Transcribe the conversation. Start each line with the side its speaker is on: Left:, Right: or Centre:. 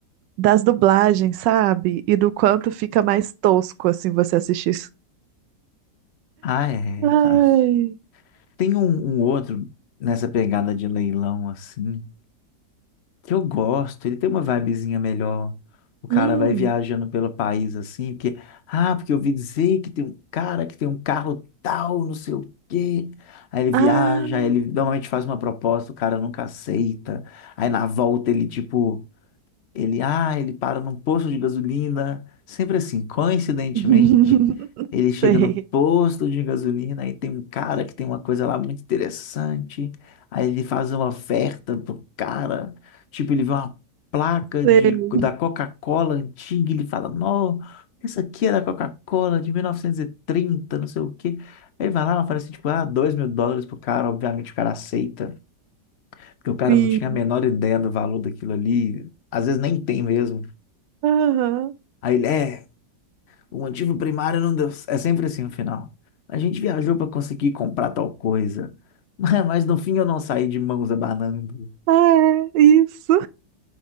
Right: das dublagens, sabe? E do quanto fica mais tosco, assim, você assistir isso.
Left: Ah, é.
Right: Ai,
Left: tá. Tem um, um outro nessa pegada de leilão assim. que eu gosto, ele tem uma vibezinha melhor. O cara
Right: hum,
Left: vai viajando pelo país assim, porque, ah, porque eu ouvi dizer que tem um cara que tem um carro tal, não sei o quê. Aí ele viaja,
Right: ah,
Left: aí ele normalmente faz uma proposta, o cara nunca aceita. Aí na volta ele, tipo, ele, ah, ele para num posto de gasolina, sempre assim, coincidentemente,
Right: <laughs>
Left: ele chega
Right: sei,
Left: no posto de gasolina e tem um cara que tem uma coisa lá muito interessante. Aí ele faz uma oferta pro cara, tipo, ele vê uma placa
Right: sei,
Left: de, da Coca-Cola antiga, e ele fala, não, essa aqui é da Coca-Cola de 1930, não sei o quê. Aí ele vai lá, oferece, tipo, ah, dois mil dólares pro cara, obviamente o cara aceita, porque o cara
Right: sim.
Left: não tinha a menor ideia do valor daquilo ali, às vezes nem tem mesmo
Right: Aham.
Left: Aí ele, é, o motivo primário não deu. c-". É sempre assim no final. A gente viajou para conseguir comprar tal coisa, <laughs> mas mas no fim eu não saí de mãos abanando.
Right: Ah, é, isso.